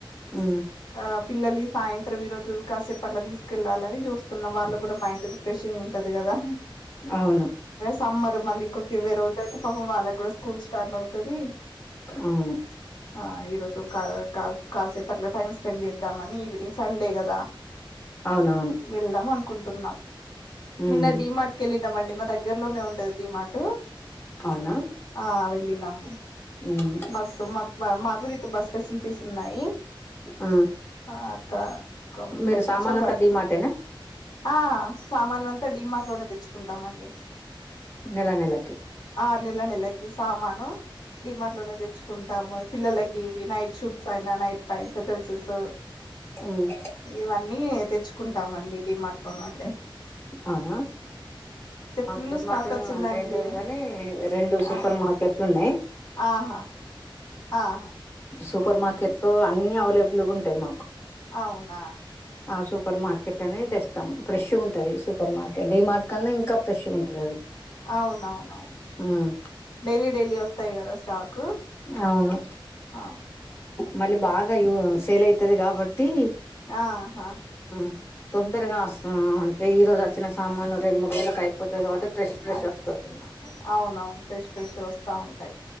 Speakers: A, on the left; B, on the left.
A: ఉమ్
B: ఆ పిల్లలి సాయంత్రం ఈ రోజు కాసేపట్లా తీసుకెళ్ళాలని చూస్తున్నాం వాళ్ళు కూడా మైండ్ రిఫ్రెషింగ్ ఉంటది కదా
A: అవును
B: సమ్మర్ మళ్ళీ ఇంకొటి ఇరవై రోజులు అయితే పాపం వాళ్ళకి కూడా స్కూల్ స్టార్ట్ అవుతుది
A: అవును
B: ఆ ఈరోజు కా కా కాసే పట్ల టైమ్స్ పంపిద్దామని ఈవినింగ్ సండే కదా
A: అవునవును
B: వెళ్దాం అనుకుంటున్నాం
A: ఉమ్
B: నిన్న డి మార్ట్ క వెళ్ళినామండి మా దగ్గర దగ్గరలోనే ఉంటది డి మార్ట్
A: అవునా
B: ఆ వెళ్లినం
A: ఉమ్
B: బస్ మాకు బ మాకు బస్ ఫెసిలిటీస్ ఉన్నాయి
A: ఆ
B: మాకా ఒక ముప్పై
A: మీరు
B: నిమిషాలు
A: సామాన్ అంతా
B: పడుతీ
A: డిమార్టేనా
B: ఆ సామాన్ అంతా డి మార్ట్ లోనే తెచ్చుకుంటామండి
A: నెల నెలకి
B: ఆ నెల నెలకి సామాను డి మార్ట్ లోనే తెచ్చుకుంటాము పిల్లలకి ఇవి నైట్ షూట్స్ ఐన నైట్ పాయింట్స్ డ్రెస్సెస్
A: ఉమ్
B: ఇవన్నీ తే తెచ్చుకుంటామండి డి మార్ట్ అవునండి
A: అవునా మాకు
B: ఫుల్
A: డి
B: స్టాక్
A: మార్ట్
B: వచ్చిందండి
A: అంటే ఏంటది కాని రెండు సూపర్
B: ఆ
A: మార్కెట్లు ఉన్నాయ్
B: ఆహా ఆహా
A: సూపర్ మార్కెట్ లో అన్నీ అవైలబుల్ గా ఉంటాయి మాకు
B: అవునా
A: ఆ సూపర్ మార్కెట్ లనే తెస్తాం ఫ్రెష్ గా ఉంటే ఉంటది సూపర్ మార్కెట్ డి మార్ట్ కన్నా ఇంకా ఫ్రెష్ ఉంటది అది
B: అవును అవునవును
A: ఉమ్
B: డైలీ డైలీ వస్తాయి తే కదా స్టాక్
A: అవును
B: ఆ
A: మళ్ళీ బాగా యో సేల్ అయితది కాబట్టి
B: ఆహా
A: ఆ తొందరగా వస్తాం అంటే ఈ రోజు వచ్చిన సామాన్లు రెండు మూడు వేలు అయిపోది కాబట్టి ఫ్రెష్ ఫ్రెష్
B: అయితే
A: వస్తది
B: అవునవును ఫ్రెష్ ఫ్రెషగా వస్తా ఉంటాయి